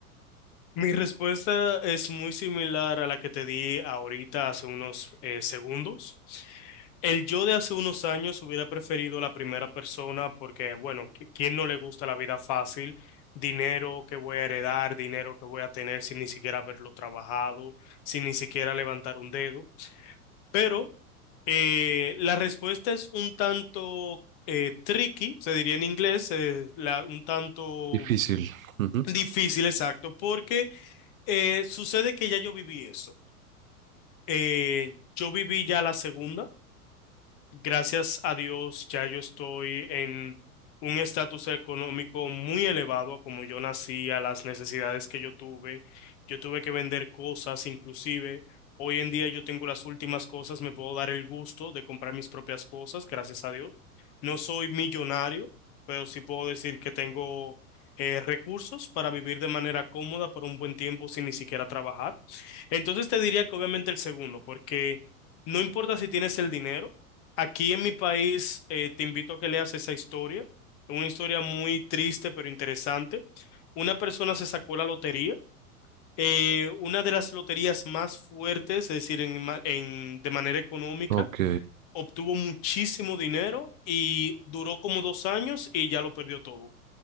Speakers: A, on the left; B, on the right.
A: Mi respuesta es muy similar a la que te di ahorita hace unos eh, segundos. El yo de hace unos años hubiera preferido la primera persona porque, bueno, qui- ¿quién no le gusta la vida fácil? Dinero que voy a heredar, dinero que voy a tener sin ni siquiera haberlo trabajado, sin ni siquiera levantar un dedo. Pero eh, la respuesta es un tanto eh, tricky, se diría en inglés, eh, la- un tanto
B: Difícil. Ujú.
A: difícil, exacto, porque... Eh, sucede que ya yo viví eso. Eh, yo viví ya la segunda. Gracias a Dios, ya yo estoy en un estatus económico muy elevado, como yo nací, a las necesidades que yo tuve. Yo tuve que vender cosas, inclusive hoy en día yo tengo las últimas cosas, me puedo dar el gusto de comprar mis propias cosas, gracias a Dios. No soy millonario, pero sí puedo decir que tengo eh, recursos para vivir de manera cómoda por un buen tiempo sin ni siquiera trabajar. Entonces te diría que obviamente el segundo, porque no importa si tienes el dinero. Aquí en mi país eh, te invito a que leas esa historia, una historia muy triste pero interesante. Una persona se sacó la lotería, eh, una de las loterías más fuertes, es decir, en ma- en- de manera económica,
B: Ok,
A: obtuvo muchísimo dinero y duró como dos años y ya lo perdió todo.